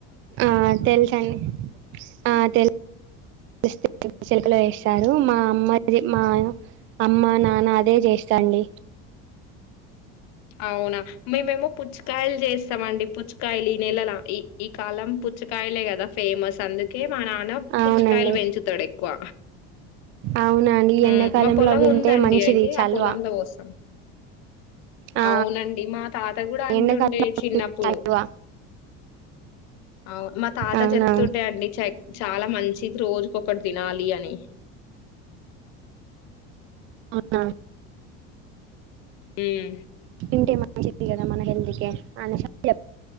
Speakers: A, on the right; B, on the left.
A: ఆ తెలుసండి ఆ తెల్ <unintelligible> చిలుకలు వేస్తారు మా అమ్మ ఎ మా యన మా అమ్మ నాన్న అదే చేస్తండి.
B: అవునా మేమేమో పుచ్చకాయలు చేస్తామండి పుచ్చు కాయలు ఈ నెలలా ఈ ఈ కాలం పుచ్చకాయలే కదా ఫేమస్ అందుకే మా నాన్న
A: అవునండి
B: పుచ్చకాయలు వెంచుతాడు ఎక్కువ
A: అవునా అండి
B: మ్మ్
A: ఎండాకాలంలో
B: మా పొలం
A: వింటే
B: ఉందండి
A: మంచిది
B: అయితే
A: చల్వా
B: ఆ పొలంలో కోస్సాం
A: ఆ
B: అవునండి, మా తా త కూడా అంటుండే
A: ఎండాకాలంలో
B: చిన్నప్పుడు
A: చల్వా
B: అవ్ మా తాత
A: అవునా
B: చెప్తుండే అండి చ చాలా మంచిది రోజు. ఒక్కటి దినాలి అని
A: అవునా
B: హ్మ్
A: తింటే మంచిది కదా మన హెల్త్ కే అనేసి అన్ చెప్